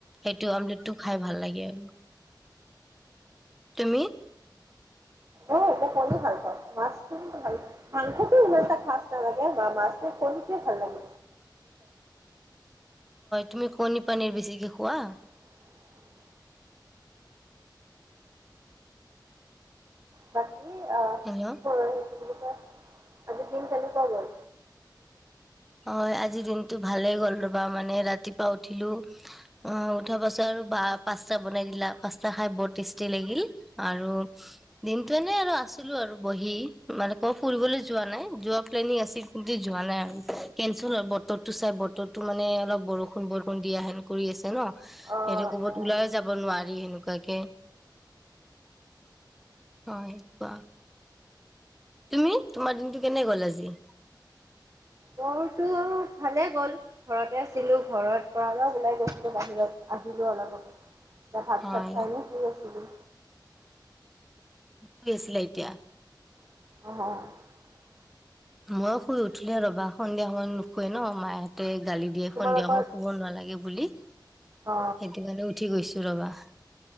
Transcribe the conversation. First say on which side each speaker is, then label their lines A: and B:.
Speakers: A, in the centre; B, on the right.
A: সেইটো আমলেটটো খাই ভাল লাগে। আৰু তুমি?
B: অ' মই কণী ভাল পাওঁ। মাছটো কিন্তু ভাল। মাংসটো ইমান এটা ভাল নালাগে বা মাছটো কণীটোৱে ভাল লাগে।
A: তুমি কণীৰ পানীৰ বেছিকে খোৱা?
B: লাগে হয়।
A: হেল্ল'
B: <inaudible> কি বুলি কয় আজিৰ দিন কেনেকুৱা গ'ল?
A: হয় আজি দিনতটো ভালেই গ'ল ৰবা, মানে ৰাতিপুৱা উঠিলো। অ' উঠাৰ পাছত আৰু বা পাস্তা বনাই দিলা। পাস্তা খাই বৰ টেষ্টি লাগিল। আৰু দিনটো এনে আৰু আছিলো আৰু বহি মানে ক ফুৰিবলৈ যোৱা নাই। যোৱা প্লেনিং আছিল কিন্তু যোৱা নাই আৰু। কেচেল হয় বতৰটো চাই বতৰটো মানে অলপ বৰষুণ বৰষুণ দিয়া হেন কৰি আছে ন? সিহটো
B: অঁ
A: কবাত
B: অঁ
A: ওলাই যাব নোৱাৰি। সেনেকুৱাকে হয় কা তুমি তোমাৰ দিনটো কেনে গ'ল আজি?
B: মোৰতো ভালে গ'ল ঘৰতে আছিলো। ঘৰত পৰা ওলাই গৈছিলো বাহিৰত। আহিলো অলপ অলপ। এতিয়া ভাত
A: হয়
B: চাত খাই এনেই শুই আছিলো।
A: কি আছিলে এতিয়া?
B: অ'।
A: ময়ো শুই উঠিলে ৰ'বা। সন্ধিয়া সময়ত নুশুৱে ন মাহেঁতে। গালি দিয়ে
B: তোমালোকৰ
A: সন্ধিয়া সময়ত শুব নালাগে বুলি।
B: অ
A: সেইটো কাৰণে উঠি গৈছোঁ। ৰ'বা।